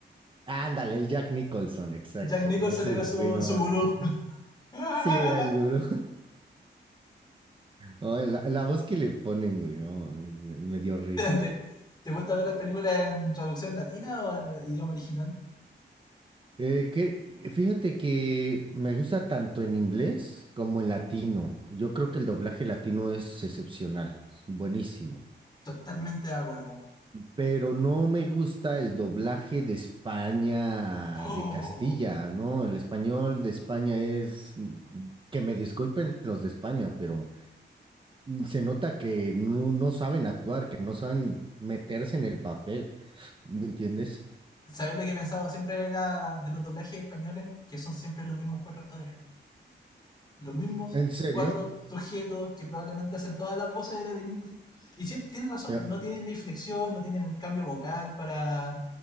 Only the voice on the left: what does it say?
Jack Nicholson
era su,
su
gurú. <laughs>
¿Te, te gusta ver las películas en traducción latina o en idioma original?
Totalmente de acuerdo.
Oh.
¿Sabes lo que he pensado siempre era de los doblajes españoles? Que son siempre los mismos cuatro actores. los mismos
cuatro sujetos que probablemente hacen todas las voces de la película. Y sí, tienes razón,
no tienen la inflexión, no tienen el cambio vocal para,